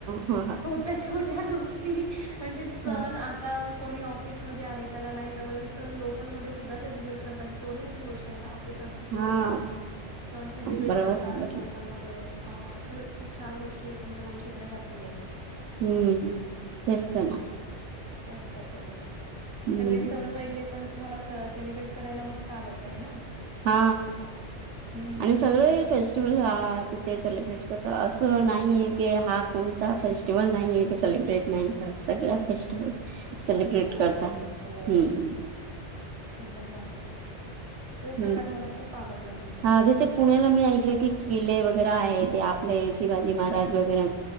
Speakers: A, on the right; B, on the right.
A: हो
B: छोट्या छोट्या गोष्टी म्हणजे सण
A: हा
B: आता आता कोणी ऑफिसमध्येध आहे त्याला नाही जमत ये सण लोकलमध्ये सुद्धा सेलिब्रेट करतात ही केवढी मोठी गोष्ट ना आपली संस्कृती जपतात
A: हा
B: सण सेलिब्रेट
A: बरोबर
B: करतात
A: सांगितलं
B: लोकलमध्ये खरंच खूप छान गोष्ट ही तुमच्याकडून शिकण्यासारखी आहे
A: हम्म तेच तर न
B: मस्तय खरंच
A: हम्म
B: सगळे सण वगैरे पण तुम्हाला सेलिब्रेट करायला अस मस्त आवडतय ना
A: हा
B: हम्म
A: आणि
B: हम्म
A: सगळे
B: हम्म.
A: फेस्टिवल हा तिथे सेलिब्रेट करत अस नाही आहे की हा कोणता फेस्टिवल नाही आहे क सेलिब्रेट नाही करा सगळ्या फेस्टिवल सेलिब्रेट
B: हो सेलिब्रेट
A: करता हम्मम
B: हो करतात. हो. एकदम मस्त तो
A: हम्म
B: प्रकार मला खूप आवडला तुमचा
A: हा तिथे पुण्याला मी ऐकल की किल्ले वगैरे आहे ते आपले शिवाजी महाराज वगैरे